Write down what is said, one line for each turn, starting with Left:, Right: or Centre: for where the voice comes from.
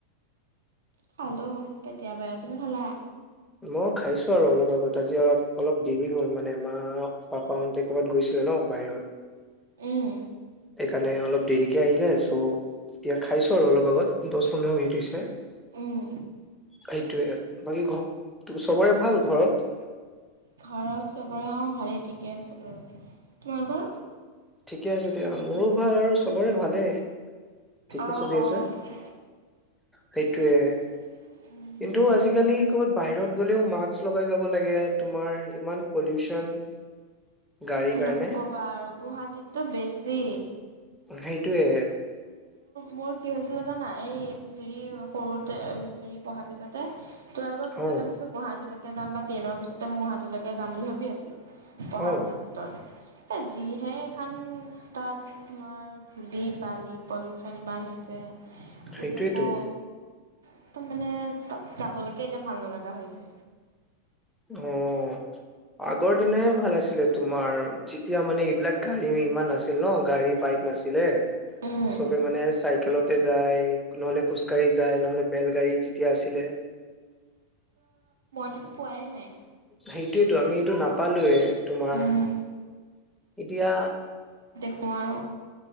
Right: খালো কেতিয়াবাই তুমি খালা
Centre: মই খাইছো আৰু অলপ আগত আজি অলপ অলপ দেৰি হল মানে মা পাপা অতে ক'বাত গৈছিলে ন বাহিৰত
Right: উম,
Centre: সেইকাৰণে অলপ দেৰিকে আহিলে চ ইতিয়া খাইছো আৰু অলপ আগত দহ পোন্ধৰ মিনিট হৈছে
Right: উম,
Centre: সেইটয়ে বাকী ক চবৰে ভাল ঘৰত
Right: ঘৰত চবৰে অ ভালেই ঠিকে আছে বাৰু তোমালোকৰ?
Centre: ঠিকে আছে দিয়া মোৰো ভাল আৰু চবৰে ভালেই ঠিকে
Right: অ',
Centre: চলি আছে
Right: অ'।
Centre: সেইটোৱে।
Right: তাৰপিছত উম,
Centre: কিন্তু আজিকালি ক'বাত বাহিৰত গ'লেও মাস্ক লগাই যাব লাগে তোমাৰ ইমান পলিউচন গাড়ীৰ কাৰণে
Right: নকবা আৰু গুৱাহাটীতো বেছ কি
Centre: সেইটোয়ে
Right: মোৰ কি হৈছিলে জানা এই হেৰি সৰুতে হেৰি পঢ়াৰ পিছত টোৱেলভৰ পিছতে
Centre: অ
Right: পাইছো গুৱাহাটীলৈ যাম বা ট্ৰেইনৰ পিছতে মইগুৱাহাটীলৈে যাম বুলি ভাবি আছিলো পঢ়া
Centre: অ
Right: শুনাৰ ক্ষেত্ৰত এ যিহে এখন তাত তোমাৰ ধূলি বালি পলিউঢন ইমান হৈছে শুই
Centre: সেইটোয়েতো
Right: থাক অ একদম মানে তাত যাবলৈকে এতিয়া ভাল নলগা হৈছে।
Centre: উম আগৰ দিনহে ভাল আছিলে তোমাৰ এতিয়া মানে এইবিলাক গাড়ী ইমান নছিল ন গাড়ী বাইক নাছিলে।
Right: উম
Centre: চবে মানে চাইকেলত তে যায় নহলে খোজ ককাঢ়ি যায় নহলে বেলগাড়ী যেতিয়া আছিলে
Right: সেইটো পোৱাই নাই
Centre: সেইটোয়েতো আমি এইটো নাপালোয়ে তোমাৰ
Right: উম
Centre: এতিয়া
Right: কোৱা।